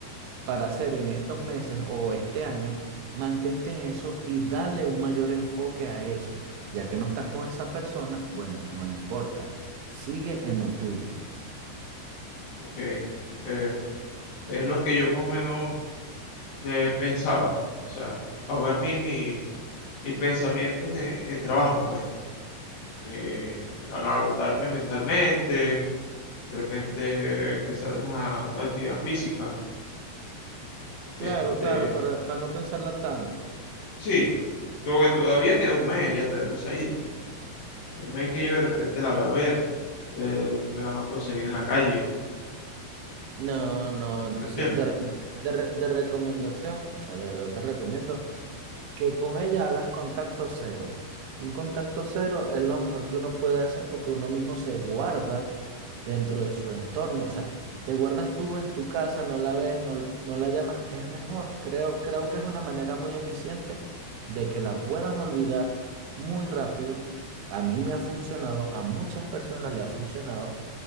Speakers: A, on the right; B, on the left.
A: para hacer en estos meses o este año, mantente en eso y dale un mayor enfoque a eso. Ya que no estás con esa persona, bueno, no importa, sigue en lo tuyo.
B: Ok, eh, es lo que yo más o menos eh, pensaba, o sea, ahogar mi- mi- mis pensamientos en, en trabajo, pues. eh, a agotarme mentalmente, de repente empezar una, una actividad física. Este,
A: Claro, claro, para, para no pensarla tanto.
B: sí, luego que todavía queda un mes, ya todavía no se ha ido. Un mes que yo de repente la voy a ver, eh, me la voy a conseguir en la calle,
A: No, no, entonces,
B: ¿me entiendes?
A: de, re- de, re- de recomendación, o sea, de verdad te recomiendo que con ella hagas contacto cero. Un contacto cero es lo mejor que uno puede hacer porque uno mismo se guarda dentro de su entorno. O sea, te guardas tú en tu casa, no la ves, no, no la llamas, es mejor. Creo, creo que es una manera muy eficiente de que la puedas olvidar muy rápido. A mí me ha funcionado, a muchas personas le ha funcionado.